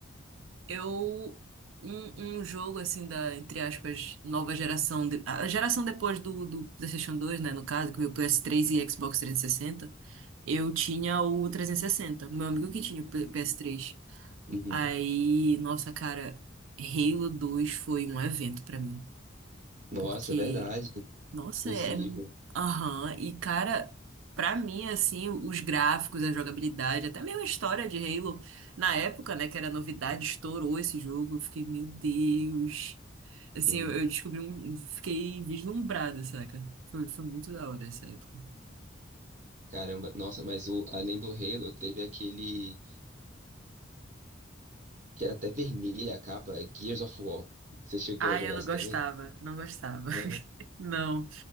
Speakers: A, on the right; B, on the right.
A: Eu. Um, um jogo, assim, da, entre aspas, nova geração. de- a geração depois do, do PlayStation dois né? No caso, que veio o ps três e Xbox trezentos e sessenta Eu tinha o trezentos e sessenta Meu amigo que tinha o P- PS3.
B: Uhum.
A: Aí, nossa, cara, Halo 2 foi um evento pra mim.
B: Nossa,
A: Porque
B: é verdade.
A: nossa,
B: Exclusivo.
A: é. Aham. E, cara, pra mim, assim, os gráficos, a jogabilidade, até mesmo a história de Halo, na época, né, que era novidade, estourou esse jogo. Eu fiquei, meu Deus. Assim,
B: Sim.
A: eu, eu descobri um. Fiquei vislumbrada, saca? Foi, foi muito da hora essa época.
B: Caramba. Nossa, mas o, além do Halo, teve aquele. que era até vermelha a capa, é Gears of War. Você chegou
A: Ai,
B: a jogar
A: eu não
B: isso
A: gostava,
B: também?
A: não gostava. <laughs>
B: Não?
A: Não.